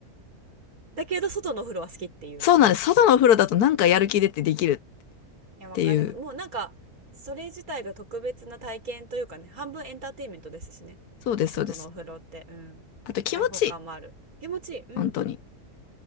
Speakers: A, on the right; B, on the left.
A: だけど、外のお風呂は好きっていう。
B: そうなんです。外のお風呂だとなんかやる気出てできる
A: いや、わかります。
B: っていう。
A: もうなんか、それ自体が特別な体験というかね、半分エンターテインメントですしね。
B: そうです、
A: 外のお風呂って、
B: そうです。
A: うん。
B: あと気持ちいい。
A: 開放感もある。気持ちいい。うん。
B: 本当に。